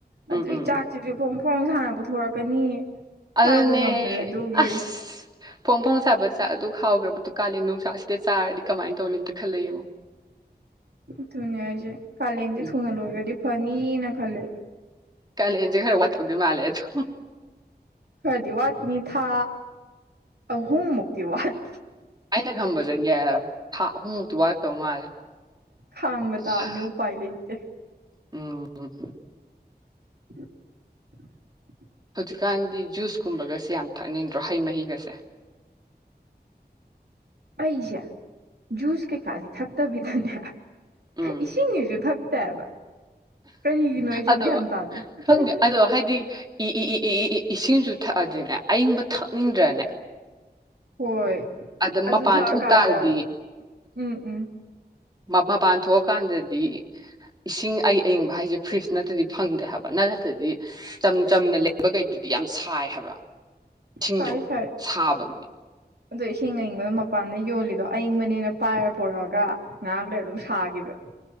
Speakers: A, on the right; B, on the right.
A: ꯎꯝ
B: ꯑꯗꯨꯏ
A: ꯎꯝ ꯎꯝ
B: ꯆꯥꯛꯖꯤꯁꯨ ꯐꯣꯡ ꯐꯣꯡ ꯁꯥꯅ ꯄꯨꯊꯣꯔꯛꯀꯅꯤ
A: ꯑꯗꯨꯅꯦ
B: ꯆꯥꯕ ꯉꯝꯗ꯭ꯔꯦ ꯑꯗꯨꯒꯤ
A: ꯑꯁ ꯐꯣꯡ ꯐꯣꯡ ꯁꯥꯕ ꯆꯥꯛ ꯑꯗꯨꯛ ꯍꯥꯎꯈ꯭ꯔꯕꯗꯨ ꯀꯥꯂꯦꯟ ꯅꯨꯡꯁꯥꯁꯤꯗ ꯆꯥꯔꯗꯤ ꯀꯃꯥꯏꯟ ꯇꯧꯅꯤ ꯑꯝꯇ ꯈꯜꯂ ꯌꯦꯡꯉꯣ
B: ꯗꯨꯅꯦ ꯍꯥꯏꯖꯦ ꯀꯥꯂꯟꯖꯦ
A: ꯎꯝ.
B: ꯊꯨꯅ ꯂꯣꯏꯒꯔꯗꯤ ꯐꯅꯤꯅ ꯈꯜꯂꯦ
A: ꯀꯥꯂꯦꯟꯖꯦ ꯈꯔ ꯋꯥꯠꯇꯧꯗꯤ ꯃꯥꯜꯂꯦ ꯑꯗꯨ
B: ꯈꯔꯥꯗꯤ ꯋꯥꯠꯈꯤꯅꯤ ꯊꯥ ꯑꯍꯨꯝ ꯃꯨꯛꯇꯤ ꯋꯥꯠ
A: ꯑꯩꯅ ꯈꯝꯕꯗ ꯌ ꯊꯥ ꯑꯍꯨꯝꯃꯨꯛꯇꯤ ꯋꯥꯇꯧ ꯃꯥꯜꯂꯤ
B: ꯈꯥꯡꯕ
A: ꯏꯃꯥ
B: ꯇꯥꯕꯅꯦ ꯎꯄꯥꯏ ꯂꯩꯇꯦ
A: ꯎꯝ
B: <inaudible>
A: ꯍꯧꯖꯤꯀꯥꯟꯗꯤ ꯖꯨꯁ ꯀꯨꯝꯕꯒꯁꯦ ꯌꯥꯝ ꯊꯛꯅꯤꯡꯗ꯭ꯔꯣ ꯍꯩ ꯃꯍꯤꯒꯁꯦ
B: ꯑꯩꯖꯦ ꯖꯨꯁ ꯀꯩ ꯀ ꯗꯤ ꯊꯛ ꯇꯕꯤꯗꯅꯦ
A: ꯎꯝ
B: ꯏꯁꯤꯡꯅꯦ ꯖꯨ ꯊꯛ ꯇꯥꯏꯕ ꯀꯔꯤꯒꯤꯅꯣ ꯑꯩꯖꯨ
A: ꯑꯗꯣ
B: ꯒ꯭ꯌꯥꯟ ꯇꯥꯗꯦ ꯎꯝ
A: ꯈꯪꯗꯦ
B: ꯍꯝ ꯍꯝ
A: ꯑꯗꯣ ꯍꯥꯏꯗꯤ ꯏ ꯏ ꯏ ꯏ ꯏꯁꯤꯡꯖꯨ ꯊꯛꯑꯗꯤꯅꯦ ꯑꯌꯤꯡꯕ ꯊꯛꯅꯤꯡꯗ꯭ꯔꯅꯦ
B: ꯍꯣꯏ
A: ꯑꯗ
B: ꯑꯗꯨ
A: ꯃꯄꯥꯟ
B: ꯊꯛꯑꯀꯥꯟꯗ
A: ꯊꯣꯛ ꯇꯥꯔꯗꯤ
B: ꯎꯝ ꯎꯝ
A: ꯃꯕꯥ ꯄꯥꯟ ꯊꯣꯛꯑꯀꯥꯟꯗꯗꯤ ꯏꯁꯤꯡ ꯑ ꯑꯩ ꯑꯌꯤꯡꯕ ꯍꯥꯏꯖꯦ ꯐ꯭ꯔꯤꯖ ꯅꯠꯇꯗꯤ ꯐꯪꯗ꯭ꯔꯦ ꯍꯥꯏꯕ ꯅ ꯅꯠꯇꯗꯤ ꯆꯝ ꯆꯝꯅ ꯂꯩꯕꯒꯩꯗꯨꯗꯤ ꯌꯥꯝ ꯁꯥꯏ ꯍꯥꯏꯕ ꯕ ꯏꯁꯤꯡꯗꯣ
B: ꯁꯥꯏ ꯁꯥꯏ
A: ꯁꯥꯕꯒꯤ
B: ꯑꯗꯣ ꯏꯁꯤꯡ ꯑꯌꯤꯡꯕꯗꯣ ꯃꯄꯥꯟꯗ ꯌꯣꯜꯂꯤꯗꯣ ꯑꯌꯤꯡꯕꯅꯦꯅ ꯄꯥꯏꯔ ꯄꯨꯔꯛꯑꯒ ꯉꯥꯍꯥꯛ ꯂꯩꯔꯒ ꯑꯗꯨꯝ ꯁꯥꯈꯤꯕ